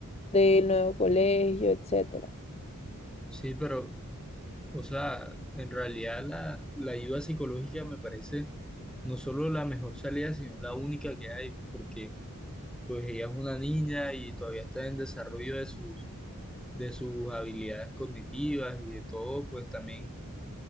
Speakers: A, on the left; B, in the centre.
A: del nuevo colegio, etcétera.
B: Sí, pero, o sea, en realidad la, la ayuda psicológica me parece no solo la mejor salida, sino la única que hay, porque pues ella es una niña y todavía está en desarrollo de sus, de sus habilidades cognitivas y de todo, pues también